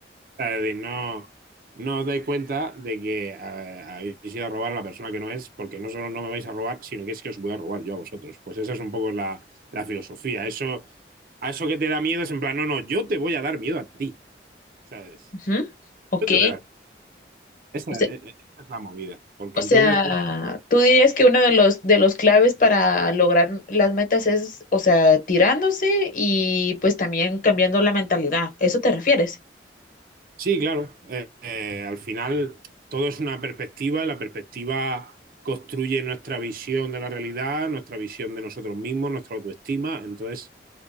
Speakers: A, on the right; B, on the left.
A: Es decir, no, no os dais cuenta de que eh, habéis ido a robar a la persona que no es, porque no solo no me vais a robar, sino que es que os voy a robar yo a vosotros. Pues esa es un poco la, la filosofía. Eso, a eso que te da miedo es en plan, no, no, yo te voy a dar miedo a ti, ¿sabes?
B: Ujú. Ok.
A: Yo te voy a dar. Esa,
B: O sea,
A: eh, eh, esa es la movida. Porque
B: O sea,
A: entonces, eh,
B: tú dirías que uno de los de los claves para lograr las metas es, o sea, tirándose y pues también cambiando la mentalidad. ¿Eso te refieres?
A: sí, claro, eh, eh, al final todo es una perspectiva y la perspectiva construye nuestra visión de la realidad, nuestra visión de nosotros mismos, nuestra autoestima. Entonces,